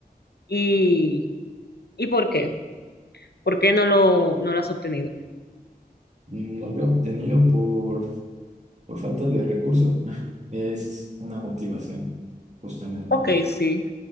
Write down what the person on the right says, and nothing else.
No lo he obtenido por, por falta de recursos. <laughs> Es una motivación, justamente.